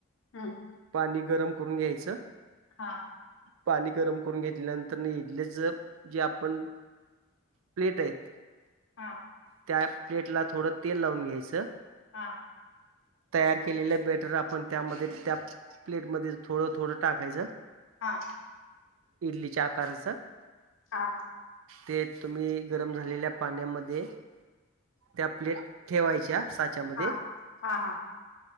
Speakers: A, on the left; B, on the right.
A: हम्म.
B: पाणी गरम करून घ्यायचं.
A: हां.
B: पाणी गरम करून घेतल्यानंतर न इडलीच, जे आपण प्लेट आहेत,
A: हा
B: त्या प्लेटला थोडं तेल लावून घ्यायचं.
A: हा.
B: तयार केलेलं बेटर आपण त्यामध्ये त्या प्लेट मध्येच थोडं थोडं टाकायचं.
A: हा हा
B: इडलीच्या आकाराच.
A: हा
B: ते तुम्ही गरम झालेल्या पाण्यामध्ये त्या प्लेट, ठेवायच्या साच्यामध्ये.
A: हा हा